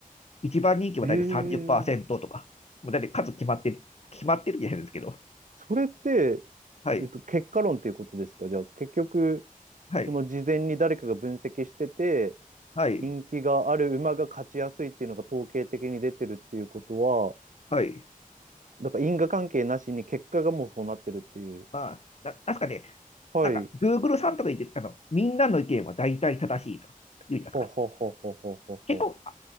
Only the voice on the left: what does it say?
一番人気は大体30%
とか、もう大体数決まってる、決まってるじゃないですけど、
はい、
はい、
はい、
はい。
まあ、ななんすかね、
なんか、Google さんとか言って、あの、みんなの意見は大体正しいと言うじゃないですか。
結構、あ